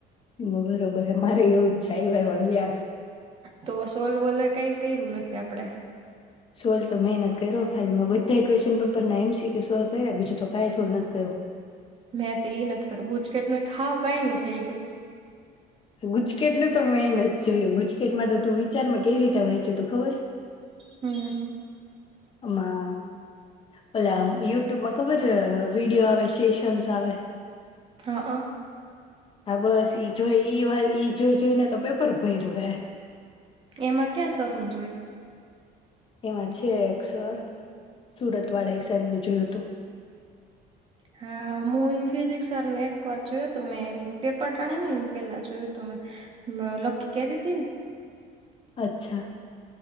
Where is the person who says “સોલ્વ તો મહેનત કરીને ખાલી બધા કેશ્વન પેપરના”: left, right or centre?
Left